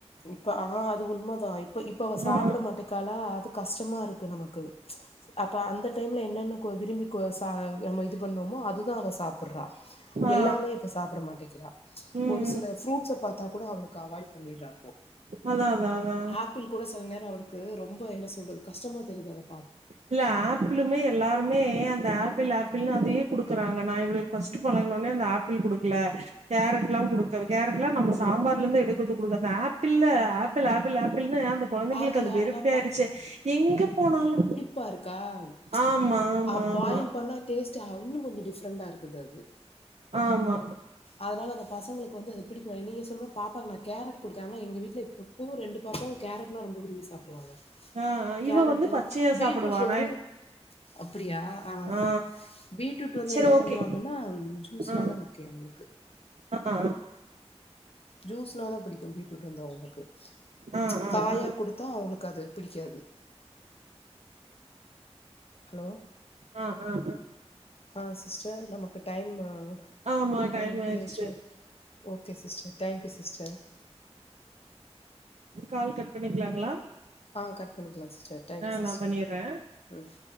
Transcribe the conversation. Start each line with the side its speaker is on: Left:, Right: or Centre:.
Left: இப்ப அவ அது உண்மதா இப்ப இப்ப அவ சாப்பிட
Right: ஆ
Left: மாட்டேக்காலா அது கஷ்டமா இருக்கு நமக்கு ப்ச் அப்ப அந்த ம்ச் அந்த டைம்ல் என்னென்ன கோ விரும்பி சா நம்ம இது பண்ணோமோ அதுதா அவ சாப்பிடறா
Right: ஆ
Left: எல்லாமே இப்ப சாப்பிட மாட்டேக்கிறா
Right: ம்
Left: ஒரு
Right: ம்
Left: சில ஃப்ரூட்ஸ பாத்தா கூட அவளுக்கு அவாய்ட் பண்ணிடுறா
Right: அதா அதா அதா
Left: ஆப்பிள் கூட சில நேரோ அவளுக்கு ரொம்ப என்ன சொல்றது கஷ் டமா தெரியுது அவளுக்கு
Right: இல்ல ஆப்பிளுமே எல்லாருமே அந்த ஆப்பிள் ஆப்பிள்ன்னு அதயே குடுக்கறாங்க நா இவளுக்கு ஃபர்ஸ்ட் பழகனோனே அந்த ஆப்பிள் குடுக்கல கேரட் எல்லா குடுக்க கேரட்ல்லா நம்ம சாம்பார்ல இருந்து எடுக்கறத குடுகறதுதா அ ஆப்பிள்ள ஆப்பிள் ஆப்பிள் ஆப்பிள் அந்த கொழந்தைங்களுக்கு
Left: ஆப்பிள்
Right: அது வெறுப்பே
Left: ஆனா
Right: ஆயிடுச்சு எங்க போனாலு
Left: பாரு இருக்கா ச்சு
Right: ஆமா ஆமா
Left: ஆ
Right: ஆமா
Left: பாயில் பண்ணா டேஸ்ட் அள்ளும் கா கொஞ்சோ டிஃப்ரெண்டா இருக்குது அது
Right: ஆமா
Left: அதனால அந்த பாச உங்களுக்கு வந்து பிடிக்கல நீங்க சொன்ன பாப்பாக்கு நா கேரட் கொடுத்த நா இப்பவும் ரெண்டு பாப்பாவும் கேரட் ரா ரொம்ப விரும்பி சாபிடுவாங்க
Right: ஆ
Left: கேரட்டு
Right: இவ வந்து பச்சையா
Left: பீட்ரூட்
Right: சாப்புடுவா
Left: வந்து
Right: நா
Left: அப்படியா அஹ்
Right: ஆ
Left: பீட்ரூட் வந்து
Right: சரி
Left: என்ன
Right: ஓகே
Left: பண்ணுவாங்கன்னா ஜூஸ்னாதான்
Right: ஆ
Left: ஓகே அவங்களுக்கு
Right: ஆ
Left: ஜூஸ்ல தான் புடிக்கும் பீட் ட்டு வந்து அவங்களுக்கு ச்சு
Right: ஆ ஆ
Left: காயா
Right: ஆ
Left: கொடுத்தா அவங்களுக்கு அது பிடிக்காது ஹலோ
Right: ஆ ஆ ஆ
Left: ஆஹ் சிஸ்டர் நமக்கு டைம் ஆஹ்
Right: ஆமா டைம்
Left: ஓவேச்சோ
Right: ஆயிடுச்சு
Left: okay sis sister thank you sister
Right: call cut பண்ணிக்கலாங்களா
Left: ஆ கட் பண்ணிக்கலா சிஸ் டர் தேங்க்
Right: ஆ
Left: யூ சிஸ்டர்
Right: நா பண்ணிறே
Left: ம்